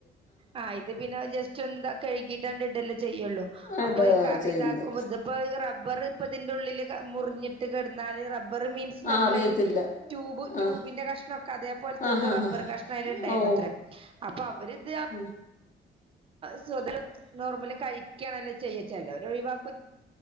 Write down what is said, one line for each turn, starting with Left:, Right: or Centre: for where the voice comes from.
Right: ആഹ് ഇത് പിന്നെ ജറ്റ് <unintelligible> റ്റുന്താ കഴുകീട്ടാണ്ട് ഇടെല്ലേ ചെയ്യൊള്ളൂ.
Left: ആഹ്
Right: അപ്പൊ
Left: ഇടുവാ
Right: ഈ കറി
Left: ചെയ്യുന്നത്
Right: ഇതാക്കുമ്പോ ഇത് ഇപ്പ അഹ് ഇ റബ്ബർ ഇപ്പ ഇതിൻ്റെ ഉള്ളില് മുറ്ഞ്ഞിട്ട് കെട്ന്നാല് റബ്ബർ മീൻസ് നമ്മളെ
Left: ആഹ് അറിയത്തില്ല
Right: ഈ ട്യൂബ് ട്യൂബിന്റെ
Left: ആഹ്
Right: കഷ്ണംഒക്കെ അതേപോല്ത്തെ
Left: ആഹാ
Right: എന്തോ റബ്ബർ
Left: ഹാ
Right: കഷ്ണം അയ്ൽ ഇണ്ടായിരുന്നു
Left: ഓ
Right: അത്രേ അപ്പൊ അവര് ഇത് <unintelligible>
Left: ഉം
Right: സൊത <unintelligible> നോർമലി കഴിക്ക്യാണല്ല ചെയ്യ ച്ചെലോല് ഒഴിവാക്കു